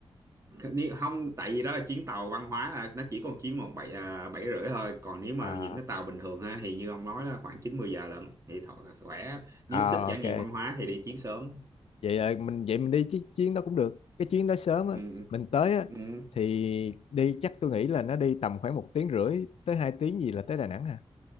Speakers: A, on the right; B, on the left.
A: Nếu- không tại vì đó là chuyến tàu văn hóa là nó chỉ còn chuyến một bảy à, bảy rưỡi thôi còn nếu mà
B: À
A: những cái tàu bình thường ha, thì như ông nói là khoảng chín mười giờ lận thì thọ là khỏe nếu
B: à
A: thích trải
B: ok.
A: nghiệm văn hóa thì đi chuyến sớm
B: vậy là mình vậy mình đi chiếc chuyến đó cũng được cái chuyến đó sớm á
A: ừ.
B: mình tới á
A: Ừ. Ừ.
B: thì đi chắc tôi nghĩ là nó đi tầm khoảng một tiếng rưỡi tới hai tiếng gì là tới Đà Nẵng hả